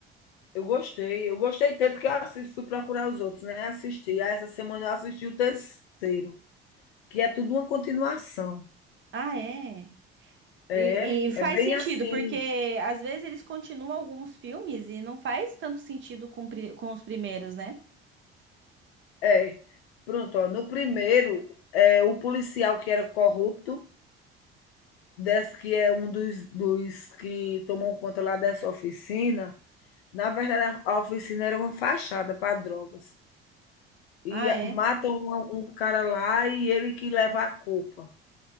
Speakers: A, on the left (about 75°); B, on the right (about 40°).
A: Eu gostei, eu gostei tanto que eu assis fui procurar os outros, né, assisti, aí essa semana eu assisti o terceiro, que é tudo uma continuação.
B: <laughs> Ah, é?
A: É,
B: E, e faz
A: é bem
B: sentido,
A: assim
B: porque às vezes eles continuam alguns filmes e não faz tanto sentido com, pri- com os primeiros, né?
A: É, pronto, ó, no primeiro, é, o policial que era corrupto, desse que é um dos, dos que tomou conta lá dessa oficina, na verdade a oficina era uma fachada para drogas. E
B: Ah, é?
A: matam um, um cara lá e ele que leva a culpa.